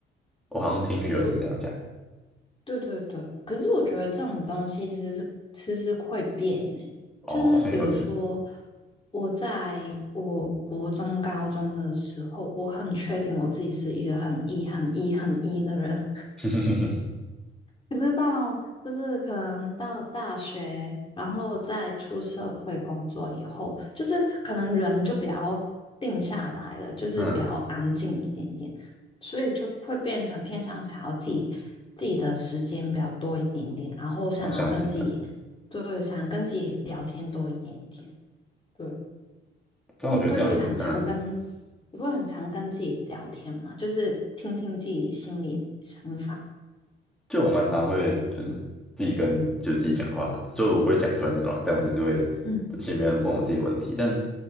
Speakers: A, in the centre; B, on the left.
A: 我好像听有人是这样讲的
B: 对，我对对对，可是我觉得这种东西其实是其实会变呢、
A: 哦，
B: 就是比如说
A: 好像有是，
B: 我在我国中、高中的时候，我很确定我自己是一个很 E、很 E、很 E 的人，
A: <laughs>
B: 可是到就是可能到大学，然后再出社会工作以后，就是可能人就比较定下来了，就是比较安静一点点，
A: 嗯，
B: 所以就会变成偏向想要自己自己的时间比较多一点点，然后想要跟自己对，
A: 好像是这样子，
B: 想跟自己聊天多一点点。对，
A: 对啊，
B: 你会很常跟
A: 我觉得这样也嗯。
B: 你会很常跟自己聊天吗？就是听听自己心里的想法。
A: 就我蛮常会就是自己跟就自己讲话，就我不会讲出来那种啦，但我就是会在心里面问我自己问题，
B: 嗯。
A: 但